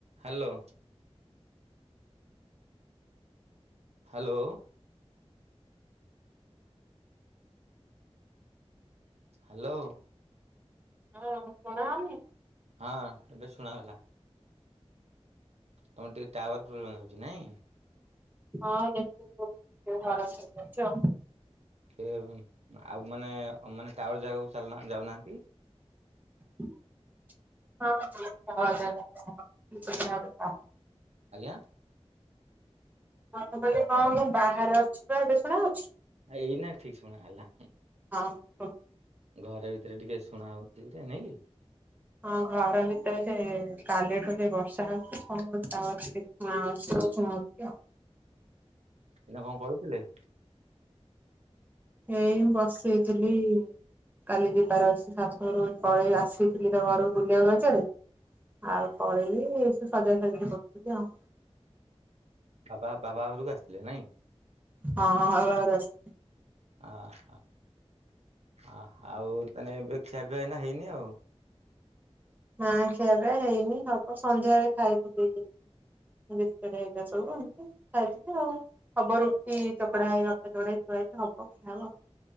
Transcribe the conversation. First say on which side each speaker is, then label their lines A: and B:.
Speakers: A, on the right; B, on the right.
A: ହା ଲୋ hello hello
B: ହଁ କରଣମେ
A: ହଁ ଏବେ ଶୁଣା ହେଲା ତମର ଟିକେ ଟାୱାର ପ୍ରୋବ୍ଲେ ଯଉଛି ନାଇଁ।
B: ହଁ ଦେଖ ହର କରିଛ।
A: ସେ ଆଉ ମାନେ ମାନେ ଟା ୱର ଜାଗାକୁ ଚାଲ ଯାଉନାହାନ୍ତି।
B: ହ <unintelligible>
A: ଆଜ୍ଞା।
B: ହଁ କହିଲି ହଁ ମୁଁ ବାହାରେ ଅଛି, ବା ଏବେ ଶୁଣାଯାଉଚି?
A: ଆ ଏଇ ନା ଠିକ ଶୁଣା ହେଲା।
B: କୁହ। ହଁ।
A: ଘରେ ଭିତରେ ଟିକେ ଶୁଣା ହଉଛି ନାଇ କି
B: ହଁ ଘର ଭିତରେ ସେ କାଲିଠୁ ଯ ବର୍ଷା ହଉଚି <unintelligible> ଆଉ
A: ଏନା କଣ କରୁଥିଲେ?
B: ଏଇ ମୁ ବସେଇଥିଲି, କାଲି ଯିବାର ଅଛି ଶାଶୁଘରୁକୁପଳେଇ ଆସିଥିଲି ତ ଘରକୁ ବୁଲିବାକୁ ରଜରେ ଆଉ ପଳେଇବି ସଜ ସଜଡି କରିଥିଲି ଆଉ।
A: ବାବା ବାବା ଘରକୁ ନାଇଁ।
B: ହଁ ହଁ। <unintelligible>
A: ଅହ ହ ଆଉ ତାନେ ଏବେ ଖିଆ ପିଆ ଏଇନା ହେଇନି ଆଉ।
B: ନା ଖିଆ ପିଆ ହେଇନି ହବ ସନ୍ଧ୍ୟଳେ ଖାଇଥିଲି। ପଇ <unintelligible> ସବୁ ଆଉ ଖାଇଥିଲି ଆଉ ହବ ରୁଟି ଚକଡା ହେଇ ନଥିଲା ଚକଟା ହେଇ ଥୁଆ ହେଇଚି ହବ ଖିଆହେବ।